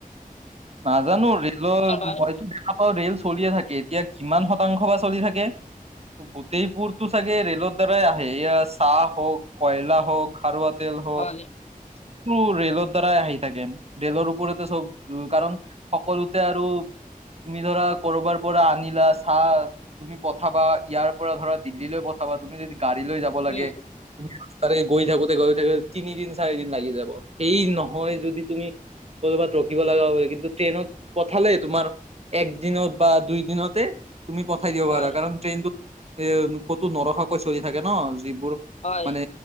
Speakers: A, on the right (about 45°); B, on the left (about 50°).
A: নাজানো ৰেলৰ
B: হয়
A: মইতো দেখা পাওঁ ৰেল চলিয়ে থাকে, এতিয়া কিমান শতাংশ বা চলি থাকে। গোতেইবোৰতো চাগে ৰেলৰ দ্বাৰাই আহে। চাহ হক, কয়লা হক, খাৰুৱা তেল হওক,
B: হয়
A: এইটো ৰেলৰ দ্বাৰাই আহি থাকে। ৰেলৰ ওপৰতে চব কাৰণ সকলোতে আৰু- তুমি ধৰা ক'ৰবাৰ পৰা আনিলা, চাহ তুমি পঠাবা ইয়াৰ পৰা ধৰা দিল্লীলৈ পঠা বা, তুমি যদি গাড়ী লৈ যাব লাগে,
B: উম
A: তুমি তাৰে গৈ থাকোতে গৈ থাকো তিনিদিন চাৰি দিন লাগি যাব। সেই নহয় যদি তুমি ক'ৰবাত ৰখিব লগা কিন্তু ট্ৰেইনত পঠালে তোমাৰ এক দিনতে বা দুই দিনতে, তুমি পঠাই দিব
B: হয়
A: পাৰা কাৰণ ট্ৰেইনতটোত এ ক'তো নৰখাকৈ চলি থাকে ন যি বোৰ
B: হয়
A: মানে